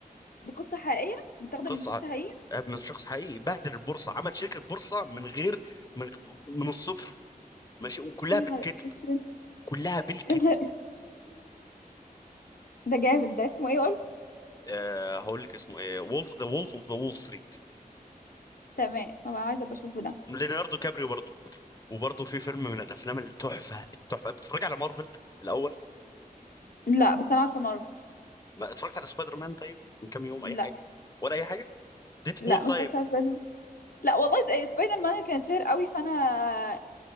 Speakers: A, on the left (about 75°); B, on the left (about 25°).
A: دي قصة حقيقية متاخدة
B: قصه
A: من شخص حقيقي
B: آه، من شخص حقيقي بهدل البورصه عمل شركه بورصه من غير من من الصفر ماشي وكلها
A: يا نهار
B: بالكذب
A: اسود
B: كلها بالكذب
A: يا نهار- ده جامد ده اسمه ايه قلت
B: أه هقول لك اسمه ايه وولف ذا وولف اوف ذا وول ستريت
A: تمام ما بقى عايزة ابقى اشوفه ده
B: ليوناردو كابريو برضه وبرضه في فيلم من الافلام التحفه التحفه بتتفرج على مارفل الاول
A: لا بس انا عارفة مارفل
B: ما اتفرجت على سبايدر مان طيب من كام يوم
A: لا
B: اي حاجه ولا اي حاجه ديدبول
A: لا
B: طيب
A: ما اتفرجتش على سبايدر لا والله إيه، سبايدر مان كانت شهر قوي فانا